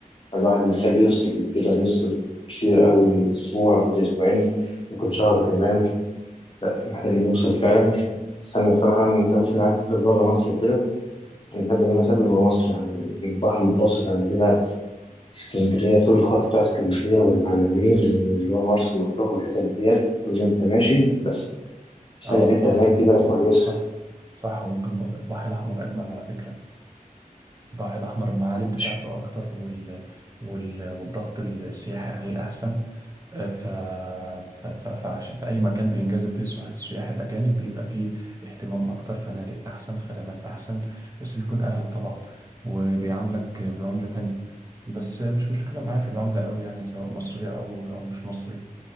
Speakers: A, on the left; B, on the right.
A: الواحد محتاج يفصل كده يفصل كتير قوي أسبوع وأسبوعين ممكن شهر كمان محتاج إنه يفصل فعلا بس أنا الصراحة أنت ممكن عايز تسافر بره مصر وكده أنا بحب إن أنا أسافر جوه مصر يعني البحر المتوسط عندنا اسكندرية طول الخط بتاع اسكندرية والمعلمين واللي هو مرسى مطروح والحتت ديت طول ما انت ماشي بس
B: أه
A: أي حتة
B: صح
A: هناك كده كويسة
B: صح صح وممكن برضه البحر الأحمر أجمل على فكرة البحر الأحمر المعالم بتاعته
A: مش
B: أكتر وال... وال... والضغط السياحي عليه أحسن ف... ف... ف... فعش... في أي مكان بينجذب فيه السح- السياح الأجانب بيبقى فيه اهتمام أكتر فنادق أحسن خدمات أحسن بس بيكون أغلى طبعا وبيعاملك بعملة تانية بس مش مشكلة معايا في العملة أوي يعني سواء مصرية أو أو مش مصرية